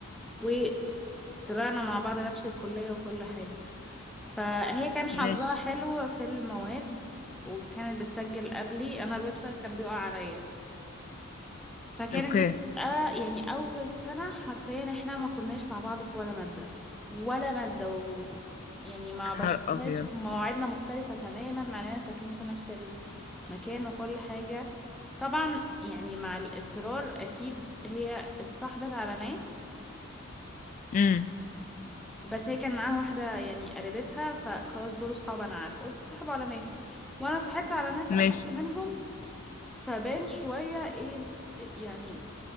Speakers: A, in the centre; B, on the left.
A: وطلعنا مع بعض نفس الكلية وكل حاجة فهي كان حظها
B: ماشي
A: حلو في المواد وكانت بتسجل قبلي انا الويب سايت كان بيقع عليا فكانت
B: اوكي
A: بتبقى
B: يا
A: يعني أول سنة حرفيا احنا ما كناش مع بعض في ولا مادة ولا مادة و... يعني ما بشوفهاش
B: نهار ابيض
A: مواعيدنا مختلفة تماما مع اننا ساكنين في نفس المكان وكل حاجة طبعا يعني مع الاضطرار أكيد هي اتصاحبت على ناس
B: امم
A: بس هي كان معاها واحدة يعني قريبتها فخلاص دول صحاب أنا عارفة اتصاحبوا على ناس وأنا اتصاحبت على ناس قربت
B: ماشي
A: منهم فبان شوية ايه يعني